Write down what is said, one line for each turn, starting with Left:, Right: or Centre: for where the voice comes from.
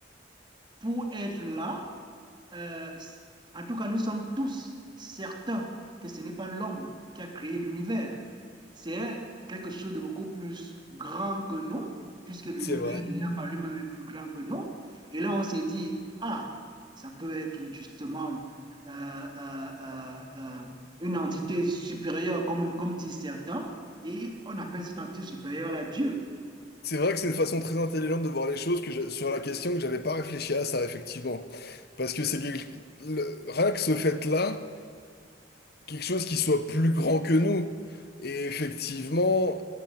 Right: pour être là, euh, en tout cas, nous sommes tous certains que ce n'est pas l'homme qui a créé l'univers. C'est quelque chose de beaucoup plus grand que nous, puisque l'univers
Left: c'est vrai.
Right: déjà par lui-même est plus grand que nous. Et là, on s'est dit, ah, ça peut être justement euh, euh, euh, euh, une entité supérieure, comme, comme disent certains, et on appelle cette entité supérieure la Dieu.
Left: C'est vrai que c'est une façon très intelligente de voir les choses que j'ai- sur la question que j'avais pas réfléchi à ça, effectivement. Parce que c'est quelque- le- rien que ce fait-là, quelque chose qui soit plus grand que nous. Et effectivement,